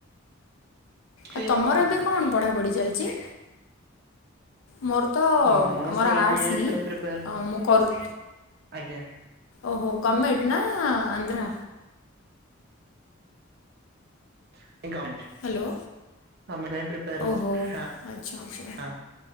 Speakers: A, on the right; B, on the left.
A: ଷ୍ଟ୍ରିମ୍
B: ଆଉ ତମର ଏବେ
A: ଥିଲା?
B: କଣ ପଢାପଢି ଚାଲଚି? ମୋର ତ
A: ମୁଁ
B: ମୋର
A: ସେଇ
B: ଆର୍ଟସ୍
A: ବି ଏଡ
B: ହିଁ
A: ପାଇଁ ପ୍ରିପେୟାର
B: ଅଁ ମୁଁ କରୁ
A: ଆଜ୍ଞା।
B: ଓହୋ। ଗମେଟ୍ ନା ଆନ୍ଧ୍ରା।
A: ନାଇଁ ଗମେଣ୍ଟ,
B: ହ୍ୟାଲୋ
A: ଗମେଣ୍ଟ ପାଇଁ ପ୍ରିପେଆର୍ ହୋଉଚି।
B: ଓହୋ
A: ହଁ
B: ଆଚ୍ଛା ଆଚ୍ଛା।
A: ହଁ